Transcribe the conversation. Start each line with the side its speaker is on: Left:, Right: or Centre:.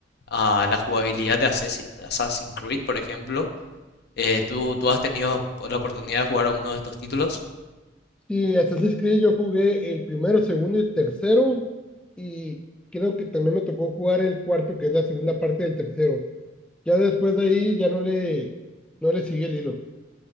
Left: a la jugabilidad de Assass- Assassin's Creed, por ejemplo. Eh, ¿tú, tú has tenido la oportunidad de jugar a uno de estos títulos?
Centre: Y Assassin's Creed yo jugué el primero, segundo y tercero, y creo que también me tocó jugar el cuarto, que es la segunda parte del tercero. Ya después de ahí ya no le, no le seguí el hilo.